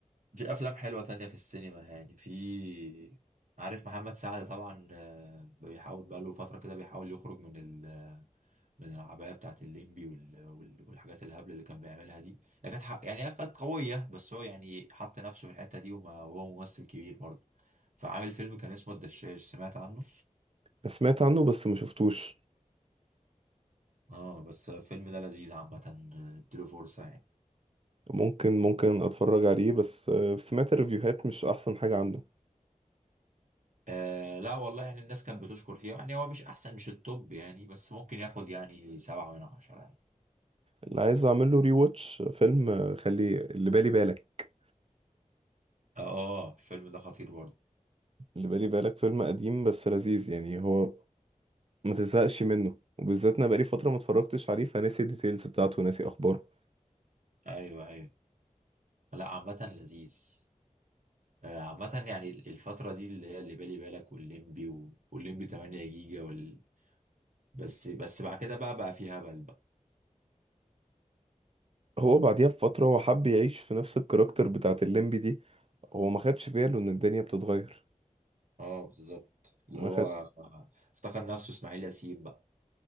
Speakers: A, on the right; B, on the right.
A: في افلام حلوه تانية في السينما يعني في عارف محمد سعد طبعا آه، بيحاول بقاله فتره كده بيحاول يخرج من ال من العبايه بتاعت الليمبي وال- وال- والحاجات الهبل اللي كان بيعملها دي هي كانت حق- يعني هي كانت قويه بس هو يعني حط نفسه في الحته دي وما هو ممثل كبير برضه فعامل فيلم كان اسمه الدشاش سمعت عنه
B: سمعت عنه بس ما شفتوش
A: اه بس الفيلم ده لذيذ عامه آه، اديله فرصه يعني
B: ممكن ممكن اتفرج عليه بس آه، سمعت الريفيوهات مش احسن حاجة عنه
A: آه لا والله يعني الناس كانت بتشكر فيه يعني هو مش احسن مش التوب يعني بس ممكن ياخد يعني سبعة من عشرة يعني
B: اللي عايز اعمل له ري واتش فيلم آه، خلي اللي بالي بالك
A: اه الفيلم ده خطير برضه
B: اللي بالي بالك فيلم قديم بس لذيذ يعني هو ما تزهقش منه وبالذات انا بقالي فتره ما اتفرجتش عليه فناسي الديتيلز بتاعته وناسي اخباره
A: ايوه ايوه لا عامة لذيذ آه، عامة يعني الفترة دي اللي هي اللي بالي بالك والليمبي و- والليمبي 8 جيجا وال... بس بس بعد كده بقى بقى في هبل بقى
B: هو بعديها بفتره هو حب يعيش في نفس الكاركتر بتاعت الليمبي دي هو ما خدش باله ان الدنيا بتتغير
A: اه بالظبط اللي
B: ما
A: هو
B: خد
A: آه، افتكر نفسه اسماعيل ياسين بقى